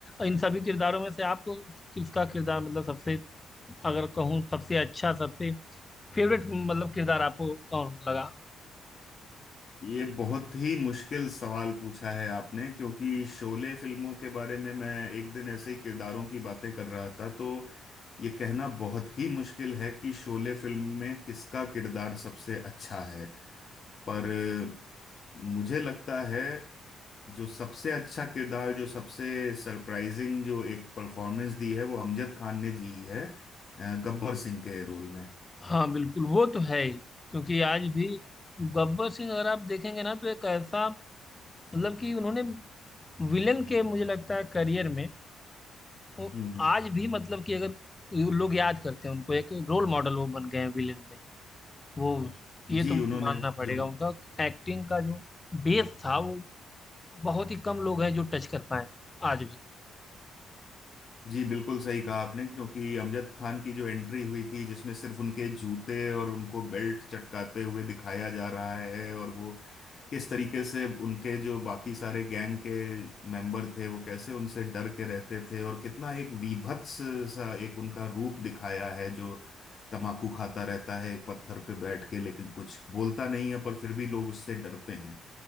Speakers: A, on the left; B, on the left.
A: इन सभी किरदारों में से आपको किसका किरदार मतलब सबसे अगर कहूँ सबसे अच्छा सबसे फेवरेट मतलब किरदार आपको कौन लगा
B: ये बहुत ही मुश्किल सवाल पूछा है आपने क्योंकि शोले फिल्मों के बारे में मैं एक दिन ऐसे ही किरदारों की बातें कर रहा था तो ये कहना बहुत ही मुश्किल है कि शोले फिल्म में किसका किरदार सबसे अच्छा है पर अ, मुझे लगता है जो सबसे अच्छा किरदार जो सबसे सरप्राइजिंग जो एक परफॉर्मेंस दी है वो अमजद खान ने दी है अ, गब्बर सिंह के रोल में
A: हाँ बिल्कुल वो तो है ही। क्योंकि आज भी गब्बर सिंह अगर आप देखेंगे ना तो एक ऐसा मतलब कि उन्होंने विलन के मुझे लगता है करियर में वो
B: हम्म हम्म।
A: आज भी मतलब कि अगर ये लोग याद करते हैं उनको एक रोल मॉडल वो बन गए हैं विलन में वो ये
B: जी
A: तो
B: उन्होंने
A: मानना पड़ेगा
B: जो
A: उनका एक्टिंग का जो बेस था वो बहुत ही कम लोग हैं जो टच कर पाए आज भी
B: जी बिल्कुल सही कहा आपने क्योंकि अमजद खान की जो एंट्री हुई थी जिसमें सिर्फ उनके जूते और उनको बेल्ट चटकाते हुए दिखाया जा रहा है और वो किस तरीके से उनके जो बाकी सारे गैंग के मेंबर थे वो कैसे उनसे डर के रहते थे और कितना एक वीभत्स सा एक उनका रूप दिखाया है जो तमाकू खाता रहता है एक पत्थर पे बैठ के लेकिन कुछ बोलता नहीं है पर फिर भी लोग उससे डरते हैं